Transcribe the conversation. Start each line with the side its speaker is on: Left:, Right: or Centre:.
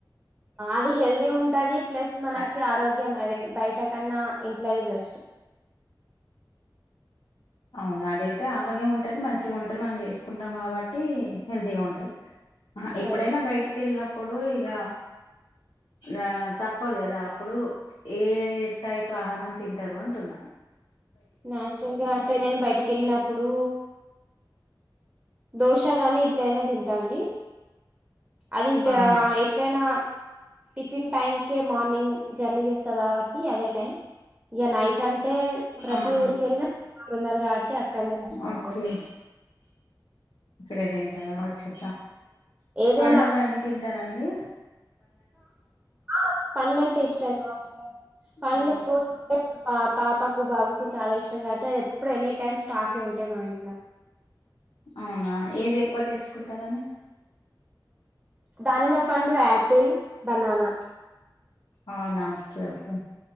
Right: అది హెల్త్ ఉంటది ప్లస్ మనకి
Left: అ-
Right: ఆరోగ్యం అదే బయట కన్నా ఇంట్లదే బెస్ట్
Left: అవును అదైతే ఆరోగ్యం ఉంటుంది మంచిగా ఉంటుంది మనం చేసుకుంటాం కాబట్టి హెల్తీగా ఉంటది ఆ ఎప్పుడైనా
Right: అదే
Left: బయటికి వెళ్ళినప్పుడు ఇక ఆ తప్పదు కదా అప్పుడు ఏ టైప్ ఆహారం తింటారు అంటున్న
Right: నాచురల్ గా అంటే నేను బయటికి వెళ్ళినప్పుడు దోశగాని ఇడ్లీయినా తింటాండి అది ఇ
Left: ఆహా
Right: ఎప్పుడైనా టిఫిన్ టైమ్ కే మార్నింగ్ జర్నీ చేస్తా కాబట్టి అదే టైం ఇక నైట్ అంటే అంటే ప్రతి
Left: ఆహా
Right: ఊరికెళ్ళిన ఉన్నారు కాబట్టి అక్కడ మంచియిపోతది
Left: ఓకే ఇక్కడే తింటారా అచ్చ అచ్చ
Right: ఏదైనా
Left: పండ్లు అవన్నీ తింటారాండి
Right: ఆ పండ్లు అంటే ఇష్టమా పండ్లు
Left: ఆ
Right: ఫ్రూట్ అంటే పా పాపకు బాబుకు చాలా ఇష్టం కాబట్టి అది ఎప్పుడు ఎనీ టైమ్ స్టాకే ఉంటాయి మన ఇంట్లో
Left: అవునా ఏది ఎక్కువ తెచ్చుకుంటారండి
Right: దానిమ్మ పండు ఆపిల్ బనానా
Left: అవునా ఓకే ఓకే